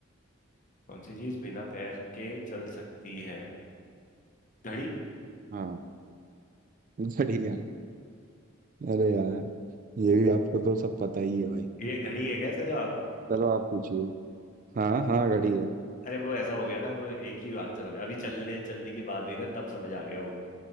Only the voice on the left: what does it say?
कौन सी चीज बिना पैर के चल सकती है घड़ी
ये घड़ी है क्या इसका जवाब
अरे वो ऐसा हो गया था वो एक ही आंसर हो गया अभी चलने चलने की बात हुई ना तब समझ आ गया वो